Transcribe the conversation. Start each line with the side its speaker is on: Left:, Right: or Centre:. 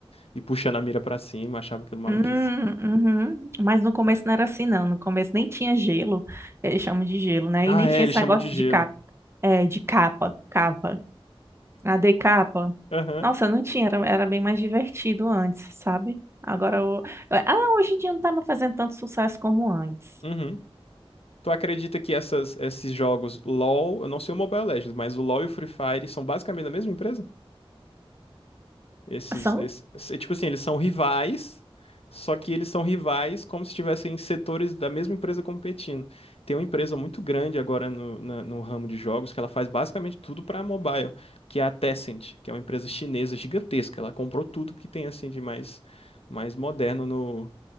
Left: e, e puxando a mira pra cima, eu achava aquilo maluquice.
Right: Hum, uhum. Mas no começo não era assim, não. No começo nem tinha gelo, eles chamam de gelo, né?
Left: Ah,
Right: E nem
Left: é,
Right: tinha
Left: eles
Right: esse
Left: chamam
Right: negócio
Left: de gelo.
Right: de capa, é, de capa, capa, AD capa.
Left: Aham.
Right: Nossa, não tinha, era, era bem mais divertido antes, sabe? Agora, o- ah, hoje em dia não tá mais fazendo tanto sucesso como antes.
Left: Uhum. Tu acredita que essas, esses jogos LoL, eu não sei o Mobile Legends, mas o LoL e o Free Fire são basicamente da mesma empresa? Esses,
Right: São
Left: esse- é tipo assim, eles são rivais, só que eles são rivais como se estivessem setores da mesma empresa competindo. Tem uma empresa muito grande agora no, na- no ramo de jogos que ela faz basicamente tudo para mobile, que é a Tencent, que é uma empresa chinesa gigantesca. Ela comprou tudo que tem assim de mais, mais moderno no,